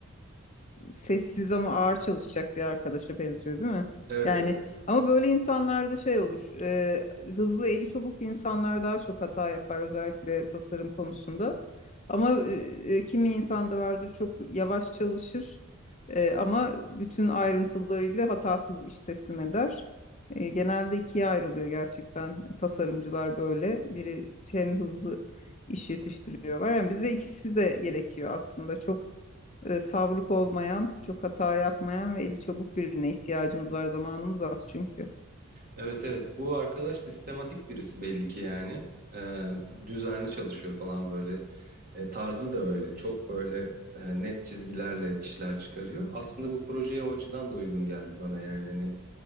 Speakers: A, on the left; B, on the right.
A: sessiz ama ağır çalışacak bir arkadaşa benziyor değil mi?
B: Evet,
A: Yani
B: evet.
A: ama böyle insanlarda şey olur. e, hızlı eli çabuk insanlar daha çok hata yapar özellikle tasarım konusunda. Ama e, kimi insan da vardır çok yavaş çalışır e, ama bütün ayrıntılarıyla hatasız iş teslim eder. E, genelde ikiye ayrılıyor gerçekten tasarımcılar böyle. Biri hem hızlı iş yetiştiriyorlar. Yani bize ikisi de gerekiyor aslında. Çok e, savruk olmayan, çok hata yapmayan ve eli çabuk birine ihtiyacımız var. Zamanımız az çünkü.
B: Evet evet bu arkadaş sistematik birisi belli ki yani Ee, düzenli çalışıyor falan böyle Ee, tarzı da öyle çok böyle e, net çizgilerle işler çıkarıyor. Aslında bu projeye o açıdan da uygun geldi bana yani hani